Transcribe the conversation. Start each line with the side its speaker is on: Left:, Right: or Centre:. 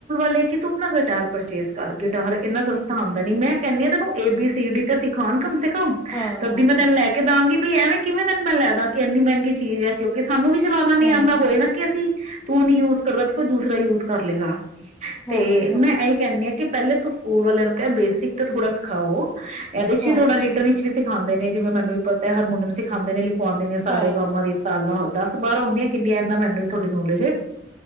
Right: ਲੈ ਕੇ ਤੂੰ ਆਪਣਾ ਗਿਟਾਰ ਪਰਚੇਜ਼ ਕਰ ਦੇ ਗਿਟਾਰ ਇੰਨਾ ਸਸਤਾ
Centre: ਹੂੰ,
Right: ਆਂਦਾ ਨੀ ਮੈਂ ਕਹਿੰਦੀ ਆ ਤੈਨੂੰ ਏ ਬੀ ਸੀ ਡੀ ਤੇ ਸਿਖਾਉਣ ਕਮ ਸੇ <unintelligible>
Centre: ਹਾਂ,
Right: ਤਧਦੀ ਮੈਂ ਤੈਨੂੰ ਲੈ ਕੇ ਦਾਂਗੀ ਵੀ ਐਵੇ ਕਿਵੇ ਤੇਨੂੰ ਮੈਂ ਲੈਦਾ ਕਿ ਇੰਨੀ ਮਹਿੰਗੀ ਚੀਜ਼ ਹੈ ਕਿਉਂਕਿ ਸ ਸਾਨੂੰ ਵੀ ਚਲਾਉਣਾ ਨੀ
Centre: ਹਾਂ,
Right: ਆਉਂਦਾ ਹੋਏਗਾ ਕਿ ਅਸੀਂ ਤੂੰ ਨੀ ਯੂਜ਼ ਕਰਦਾ ਤੇ ਕੋਈ ਦੂਸਰਾ ਯੂਜ਼ ਕਰ ਲੇਗਾ
Centre: ਹਾਂ,
Right: ਤੇ
Centre: ਹਾਂ,
Right: ਮੈਂ ਇਹੀ ਕਹਿੰਦੀ ਹਾਂ ਕਿ ਪਹਿਲੇ ਤੂੰ ਸਕੂਲ ਵਾਲਿਆਂ ਨੂੰ ਕਿਹਾ ਬੇਸਿਕ ਤੇ ਥੋੜ੍ਹਾ ਸਿਖਾਓ ਇਹਦੇ ਚ
Centre: ਹਾਂ,
Right: ਵੀ ਥੋੜਾ ਰੀਟਨ ਵਿੱਚ ਵੀ ਸੀ ਸਿਖਾਉਂਦੇ ਨੇ ਜਿਵੇਂ ਮੈਨੂੰ ਵੀ ਪਤੈ ਹਰਮੋਨੀਅਮ ਸਿਖਉਦੇ ਨੇ ਸਿਖਉਂਦੇ ਨੇ ਸਾਰੇ
Centre: ਹਾਂ,
Right: ਗਾਮਾ ਦੀ ਤਾਲਾਂ ਦਸ ਬਾਰਾਂ ਹੁੰਦੀਆਂ ਕਿੰਨੀਆਂ ਇਨਾਂ ਮੈਨੂੰ ਵੀ ਥੋੜਾ ਨਾਲੇਜ ਏ